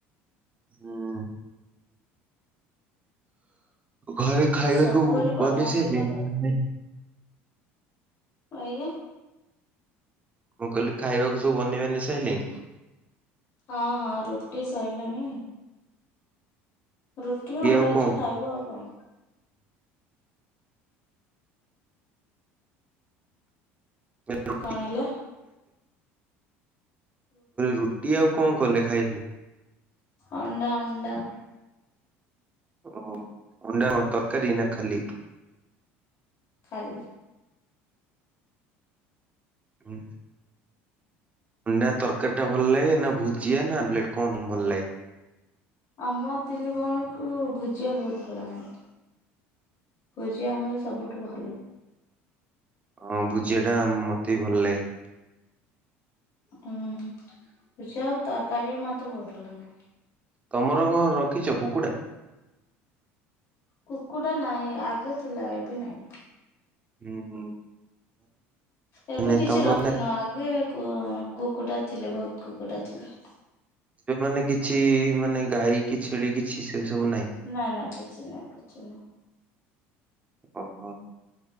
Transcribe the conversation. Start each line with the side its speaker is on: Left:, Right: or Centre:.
Right: ହୁଁ। ଘରେ ଖାଇବାକୁ
Left: ସବୁବେଳେ ବଦମାସି
Right: ବନେଇ ସାରିଲେଣି
Left: ଟା କରେ।
Right: ନା ନାଇଁ।
Left: ଏଇୟା।
Right: ମୁଁ କହିଲି ଖାଇବାକୁ ସବୁ ବନେଇ ବାନେଇ ସାରିଲାଣି?
Left: ହଁ ହଁ ରୁଟି ସଇଲାଣି। ରୁଟି ଅଣ୍ଡା
Right: ଆଉ କଣ
Left: ଅଛି ଖାଇବୁ ଆଉ କଣ।
Right: <unintelligible> କିଲ
Left: କଣ ହେଲା
Right: ରୁଟି ଆଉ କଣ କଲେ ଖାଇ ବାକୁ?
Left: ଅଣ୍ଡା ଅଣ୍ଡା।
Right: ଓ ହୋ ଅଣ୍ଡା ତରକାରୀ ନା ଖାଲି?
Left: ଖାଲି।
Right: ହୁଁ। ଅଣ୍ଡା ତରକାରୀ ଟା ଭଲ ଲାଗେ ନା ଭୁଜିଆ ନା ଆମ୍ଲେଟ କଣ ତ ଭଲ ଲାଗେ?
Left: ଆମ ତିନି ଭଉଣୀକୁ ଭୁଜିଆ ବହୁତ ଭଲ ଲାଗେ। ଭୂଜିଆ ଆମର ସବୁଠୁ ଭଲ।
Right: ହଁ ଭୁଜିବା ଟା ମତେ ବି ଭଲ ଲାଗେ।
Left: ହୁଁ ହଁ ଭୁଜିଆ ଆଉ ତରକାରୀ ବି ମତେ ବହୁତ ଭଲ ଲାଗେ।
Right: ତମର କଣ ରଖିଛ କୁକୁଡ଼ା?
Left: କୁକୁଡ଼ା ନାଇଁ ଆଗେ ଥିଲା ଏବେ ନାଇଁ।
Right: ହୁଁ ହୁଁ।
Left: ଏବେ
Right: ମାନେ
Left: କିଛି
Right: ତମର
Left: ରଖିନୁ
Right: ମାନେ
Left: ଆଗେ କୁକୁଡ଼ା ଥିଲେ ବହୁତ କୁକୁଟା ଥିଲେ।
Right: ଏବେ ମାନେ କିଛି ମାନେ ଗାଈ କି ଛେଳି କିଛି ସେ ସବୁ ନାହିଁ।
Left: ନାଇଁ ନାଇଁ କିଛି ନାଇଁ କିଛି ନାହିଁ।
Right: ଓହୋ